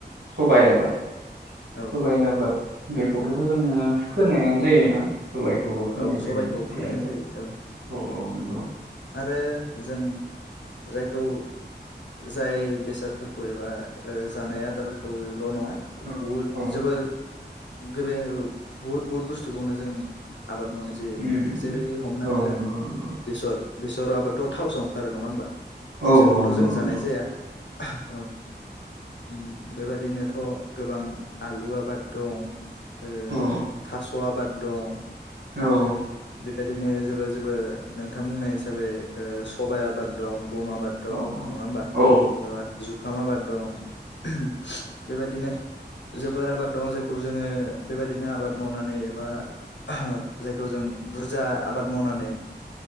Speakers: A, on the right; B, on the left.
A: सबाय आबाद
B: औ
A: सबाय आबाद बेखौबोथ' जोङो फोनायानो जायोना सबायखौबो फोनाय
B: औ
A: जायो
B: सबायखौ
A: सबाय
B: फोनायानो जायो औ
A: औ नंगौ
B: आरो जों जायखौ जाय बेसादफोरखौ एबा ओ जानाय आदारफोरखौ ल' नङा
A: औ
B: बहुथ
A: औ
B: जोबोर गेबें बुहुद बुहुद बुस्थुखौनो जों आबाद मावनाय जायो
A: उम
B: जेरै- हमनानै
A: औ
B: ला
A: नंगौ नंगौ
B: बेसर बेसराबबोथ' थावसो ओंखारो नङा होमबा! बेसोरखौथ'
A: औ औ नंगौ
B: जों जानाय
A: नंगौ
B: जाया। <unintelligible> औ उम बेबादिनोथ' गोबां आलु आबाद दं। ओ
A: औ
B: थास' आबाद दं
A: औ
B: बेबेदिनो जोबोर जोबोर नोंथां बुंनाय हिसाबै ओ सबाइ आबाद दं गम आबाद दं
A: औ
B: ।नङा होमबा
A: औ
B: ओ जुखाम आबाद दं। <unintelligible> बेबादिनो जोबोर आबाद दं जायखौ जोङो बेबायदिनो आबाद मावनानै एबा ओह जायखौ जों बुरजा आबाद मावनानै